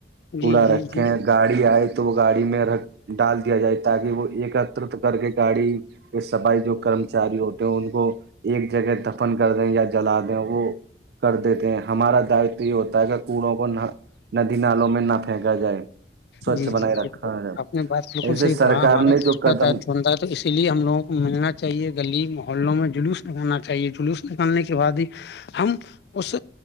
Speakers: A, on the right (about 60°); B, on the left (about 60°).
A: کوڑا
B: جی جی
A: رکھے
B: جی
A: ہیں گاڑی آئے تو وہ گاڑی میں رکھ ڈال دیا جائے تاکہ وہ ایکترت کر کے گاڑی کے سفائی جو کرمچاری ہوتے تو ان کو ایک جگہ دفن کر دیں یا جلا دیں وہ کر دیتے ہیں ہمارا داتو یہ ہوتا ہے کہ کوڑوں کو ندی نالوں میں نپا پھینکا جائے سوچھ
B: جی جی
A: بنائے رکھا
B: بالکل
A: جائے
B: آپ نے بات بالکل
A: ایسے
B: صحیح
A: سرکار
B: پڑھا ہمارا
A: نے
B: خود
A: جو قدم
B: کا دائتو بنتا ہے تو اسی لیے ہم لوگوں کو ملنا چاہیے گلی محلوں میں جلوس نکالنا چاہیے جلوس نکالنے کے بعد ہی ہم اس